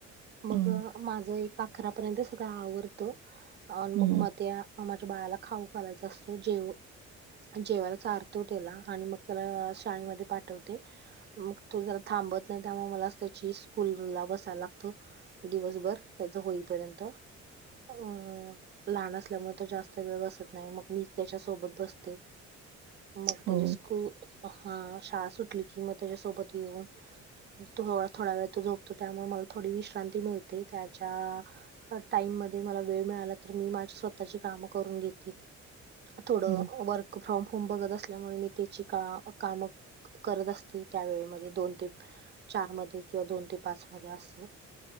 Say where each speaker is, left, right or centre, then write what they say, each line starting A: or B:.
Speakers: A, on the right; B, on the right.
A: मग
B: हं.
A: अ माझं एक अकरापर्यंत सगळं आवरत. अन
B: हं,
A: मग म त्याअ माझ्या बाळाला खाऊ घालायचा असतो जेव जेवायला चार तो तेला आणि मग त्याला शाळेमध्ये पाठवते मग तो जरा थांबत नाही त्यामुळे मला आस त्याची स्कूलला बसायला लागतं दिवसभर त्याचं होईपर्यंत. अं लहान असल्यामुळं तो जास्त वेळ बसत नाही मग मीच त्याच्या सोबत बसते. मग
B: हो.
A: त्याची स्कू हां शाळा सुटली कि म त्याच्यासोबत येऊन. मग थोडा थोडा वेळ तो झोपतो त्यामुळे मला थोडी विश्रांती मिळते त्याच्या अ टाईम मध्ये मला वेळ मिळाला तर मी माझी स्वतःची कामं करून घेत. ती थोडं
B: बरो
A: वर्क फ्रॉम होम बघत असल्यामुळे मी त्याची का कामं करत असते त्यावेेळेमध्ये दोन ते. <unintelligible> चारमध्ये किंवा दोन ते पाचमध्ये आसो